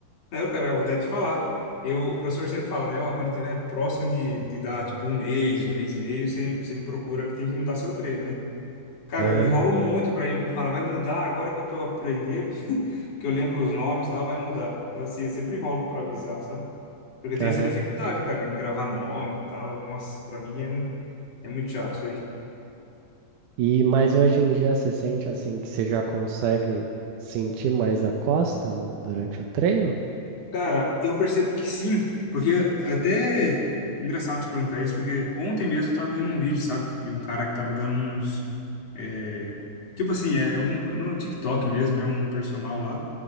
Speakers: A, on the left (about 50°); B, on the right (about 75°).
A: Não, cara, eu vou até te falar. Eu, o professor sempre fala, né? Ó, quando tiver próximo de, de dar, tipo, um mês, um mês e meio, você, você me procura que tem que mudar seu treino, né? Cara,
B: Aham,
A: eu enrolo um monte pra ir, porque eu falo, vai mudar agora que eu tô aprendendo, que eu lembro os nomes e tal, vai mudar. Então, assim, eu sempre enrolo pra avisar, sabe? Porque tem
B: aham.
A: essa dificuldade, cara, em gravar nome e tal. Nossa, pra mim é, um- é muito chato isso aí.
B: E mas hoje em dia você sente assim que você já consegue sentir mais a costa no- durante o treino?
A: Cara, eu percebo que sim, porque até engraçado te perguntar isso, porque ontem mesmo eu tava vendo um vídeo, sabe? De um cara que tava dando uns. é, Tipo assim, é, é um. é No TikTok mesmo, é um personal lá.